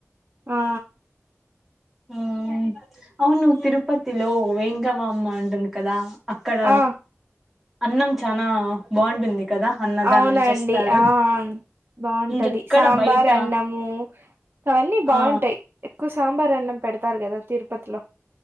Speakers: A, on the right; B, in the centre.
A: ఆ
B: ఉ అవును తిరుపతిలో వేంగమ అమ్మ అండున్ కదా అక్కడ
A: ఆ
B: అన్నం చానా బాగుంటుంది కదా అన్నదానం
A: అవునండి
B: చేస్తారు
A: ఆ బాగుంటది
B: ఇంకెక్కడ
A: సాంబార్
B: బయట
A: అన్నము అవన్నీ బాగుంటాయి
B: ఆ
A: ఎక్కువ సాంబార్ అన్నం పెడతారు కదా తిరుపతిలో